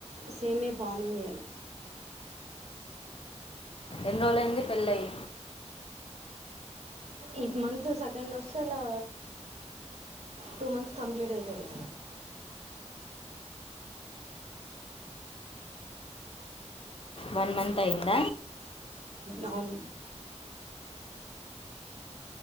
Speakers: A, on the right; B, on the left.
A: సేమే ఫార్మింగ్
B: ఎన్నోళ్లైంది పెళ్ళయి
A: ఈ మంత్ సెకండ్ డోస్ అలా టూ మంత్స్ కంప్లీట్ అవుతుంది
B: వన్ మంత్ అయింద
A: అవును